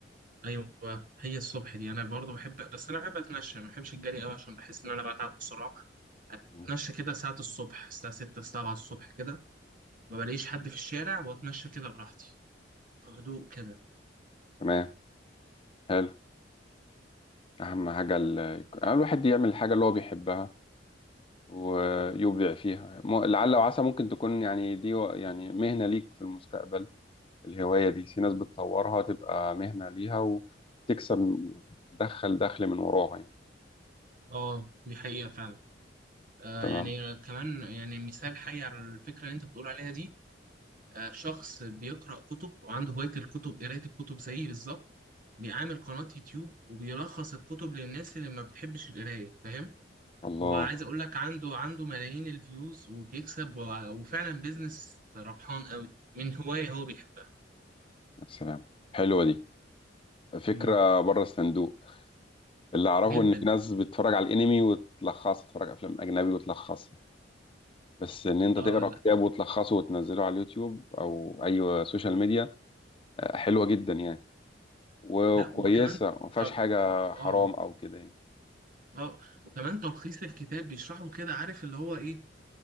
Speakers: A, on the right; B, on the left.
A: ايوه هي الصبح دي انا برضو بحب بس انا بحب اتمشى ما بحبش الجري قوي عشان بحس ان انا بتعب بسرعة
B: مم.
A: اتمشى كده ساعة الصبح الساعة 6 7 الصبح كده ما بلاقيش حد في الشارع واتمشى كده براحتي في هدوء كده
B: تمام حلو اهم حاجه ال... آه، الواحد يعمل الحاجه اللي هو بيحبها ويبدع فيها م- لعل وعسى ممكن تكون يعني دي و- يعني مهنه ليك في المستقبل الهوايه دي في ناس بتطورها تبقى مهنه ليها و- وبتكسب وتدخل دخل من وراها يعني.
A: اه دي حقيقة فعلا آه
B: تمام
A: يعني كمان يعني مثال حي على الفكرة اللي انت بتقول عليها دي آه شخص بيقرأ كتب وعنده هواية الكتب قراية الكتب زيي بالظبط بيعمل قناة يوتيوب وبيلخص الكتب للناس اللي ما بتحبش القراية فاهم
B: الله
A: وعايز اقول لك عنده عنده ملايين الفيوز وبيكسب و- وفعلا بيزنس ربحان قوي من هواية هو بيحبها
B: يا سلام حلوة دي فكرة
A: مم.
B: بره الصندوق اللي أعرفه
A: جدا
B: إن في ناس بتتفرج على الأنمي وتلخصها تتفرج على أفلام أجنبي وتلخصها بس إن أنت
A: اه
B: تقرأ
A: لا
B: كتاب وتلخصه وتنزله على اليوتيوب أو أي سوشيال ميديا آه، حلوة جدا يعني وكويسة
A: لا وكمان
B: ما فيهاش
A: تر...
B: حاجة
A: اه
B: حرام أو كده يعني
A: اه وكمان تلخيص الكتاب بيشرحه كده عارف اللي هو ايه